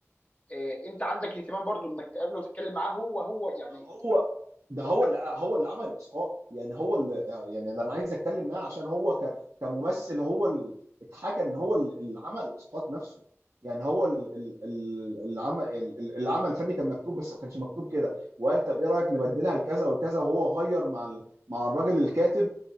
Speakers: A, on the left (about 30°); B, on the right (about 85°).
A: آه، انت عندك اهتمام برضو انك تقابله وتتكلم معاه هو هو يعني
B: ما هو ده هو اللي هو اللي عمل الاسقاط يعني هو اللي يعني ده انا عايز اتكلم معاه عشان هو ك... كممثل هو اللي اتحكى ان هو اللي اللي عمل الاسقاط نفسه يعني هو ال- ال- ال- العمل ال- ال- العمل الفني كان مكتوب بس ما كانش مكتوب كده وقال طب ايه رايك نبدلها لكذا والكذا وهو غير مع ال- مع الراجل الكاتب